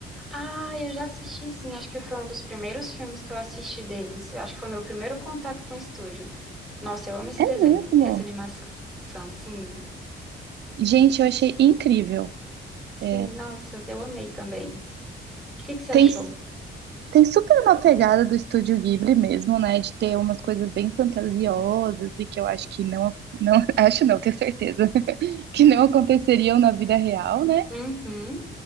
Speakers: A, in the centre; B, on the right.
A: Ah, eu já assisti sim, acho que foi um dos primeiros filmes que eu assisti deles. Eu acho que foi meu primeiro contato com o estúdio. Nossa, eu amo esse
B: É
A: desenho,
B: mesmo?
A: essa animação. Sim,
B: Gente, eu achei incrível.
A: sim,
B: É,
A: nossa, eu amei também. O que que você
B: Tem,
A: achou?
B: tem super uma pegada do Estúdio Ghibli mesmo, né? De ter umas coisas bem fantasiosas e que eu acho que não, não <laughs> acho não, tenho certeza <laughs> que não aconteceriam na vida real, né?
A: Uhum.